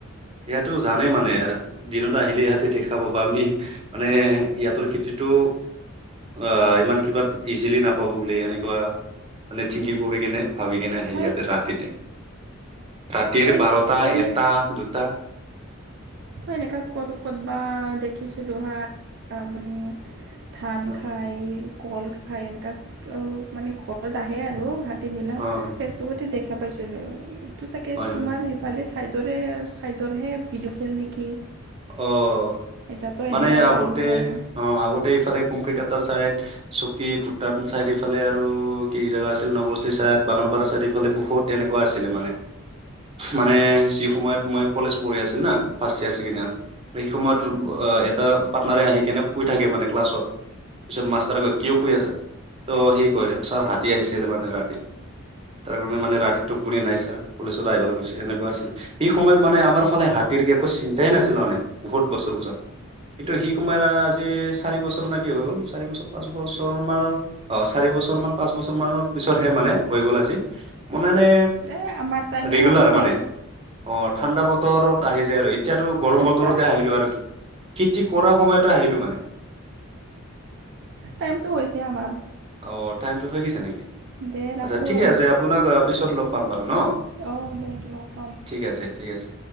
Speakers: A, on the right; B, on the right.
A: ইয়াতো জানেই মানে আ দিনত আহিলে ইহঁতে দেখা পাব আমি মানে ইয়াতোৰ খেতিটো আহ, ইমান কিবা ইজিলি নাপাব বুলি এনেকুৱা। মানে থিংকিং কৰি কিনে ভাবি কেনে সেই
B: মই
A: ইয়াতে ৰাতিতে। ৰাতিৰ
B: মই
A: বাৰটা,
B: এনেক
A: এটা, দুটা।
B: মই এনেকা ক'ত, ক'তবা দেখিছিলোঁ হা' মানে ধান
A: অ
B: খাই কল খাই এনেকুৱা মানে ঘৰত আহে আৰু হাত তীবিলাক,
A: অ হয়
B: ফেচবুকতে দেখা পাইছিলোঁ এইটো চাগে
A: হয় হয়
B: তোমাৰ ফালে চাইডৰে, চাইডৰেহে ভিডিঅ' আছিল নেকি!
A: অ',
B: এতিয়াতো
A: মানে
B: এনেকাই
A: আগতে
B: লাগিছে আৰু
A: অ', আগতে ইফালে কুমৰিকাটা চাইড, চকী ভূটান চাইড ইফালে আৰু কি জেগা আছিল <unintelligible> চাইড, বাগানপাৰা চাইড, ইফালে বহুত তেনেকুৱা আছিলে মানে। মানে যি সময়ত মই কলেজ পঢ়ি আছিল না, ফাৰ্ষ্ট ইয়েৰ ছেকেণ্ড ইয়েৰ। সেই সময়ত এটা পাৰ্টনাৰে আহি কেনে শুই থাকে মানে ক্লাছত। পিছত মাষ্টাৰে কয় কিয় শুই আছা? ত' সি কয় ছাৰ হাতী আহিছিল মানে ৰাতি। তাৰ কাৰণে মানে ৰাতিটো টোপনি নাই ছাৰ কলেজত পৰা আহিব লাগৈ হৈছে সেনেকুৱা আছিল। সেই সময়ত মানে আমাৰ ফালে হাতীৰ একো চিন্তাই নাছিল মানে বহুত বছৰ বছৰ কিন্তটো সি কুমাৰ আজি চাৰি বছৰ নে কি হৈ গ'ল চাৰি বছৰ পাঁচ বছৰ আমাৰ অ', চাৰি বছৰ মান পাঁচ বছৰ মানৰ পিছতহে মানে হৈ গ'ল আজি। মানোনে
B: দে আমাৰ টাইমটো
A: ৰেগুলাৰ
B: হৈছে
A: মানে অ', ঠাণ্ডা বতৰত আহি যায় আৰু এতিয়াতো গৰম
B: শুনিছা
A: বত আৰু খেতি কৰাৰ সময়তে আহিলো মানে
B: টাইমটো হৈছে আমাৰ
A: অ', টাইমটো হৈ গৈছে নেকি
B: দে
A: আচ্ছা
B: ৰাখোঁ
A: ঠিকে
B: আৰু
A: আছে। আপোনাক পিছত লগ পাম বাৰু ন
B: অ', দে লগ পাম
A: ঠিক আছে ঠিক আছে